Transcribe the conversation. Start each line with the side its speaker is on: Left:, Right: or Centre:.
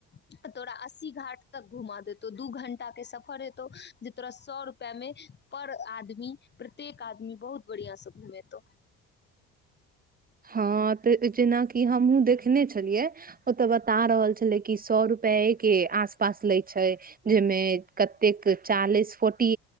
Left: तऽ तोरा अस्सी घाट तक घुमा देतौ दू घंटा के सफर हेतौ जे तोरा सौ रुपआ मे पर आदमी प्रत्येक आदमी बहुत बढ़ियां स घुमेतौ
Right: हँ तऽ जेनाकि हमहु देखने छलियै ओतय बता रहल छलै कि सौएरुपए के आस पास ले छै जाहिमे कतेक चालीस फोर्टी